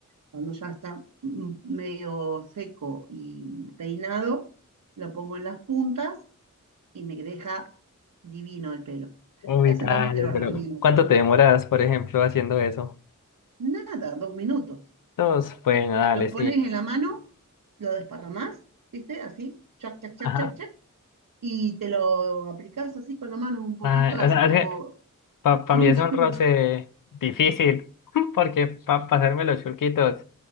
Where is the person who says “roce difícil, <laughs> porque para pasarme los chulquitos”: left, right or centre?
Left